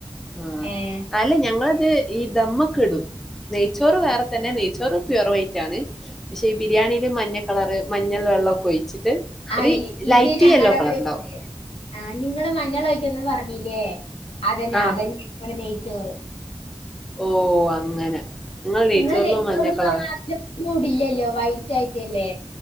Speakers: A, in the centre; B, on the left.
A: ആഹ്
B: ഏഹ്
A: അല്ലെ ഞങ്ങളിത് ഈ ദമ്മ് ഒക്കെ ഇടും നെയ്ച്ചോറ് വേറെ തന്നെ, നെയ്ച്ചോറ് പ്യുവർ വൈറ്റ് ആണ്. പക്ഷെ ഈ ബിരിയാണിയില് മഞ്ഞ കളറ് മഞ്ഞൾ വെള്ളൊക്കെ ഒഴിച്ചിട്ട്
B: ആയ്
A: ഒരു ലൈറ്റ്
B: ഇത് ഞങ്ങളുടെ
A: യെല്ലോ കളർ
B: അവിടെ
A: ഉണ്ടാവും
B: ആഹ് നിങ്ങള് മഞ്ഞൾ ഒഴിക്കന്നന്ന് പറഞ്ഞില്ലേ, അതന്നെ
A: ആഹ്
B: അതന്നെങ്ങടെ നെയ്ച്ചോറ്
A: ഓ അങ്ങനെ നെയ്ച്ചോറിലും
B: നിങ്ങൾ
A: മഞ്ഞ
B: <unintelligible> പറഞ്ഞാലും
A: കളർ
B: <inaudible> മൂഡില്ലല്ലോ വൈറ്റ് ആയിട്ടല്ലേ.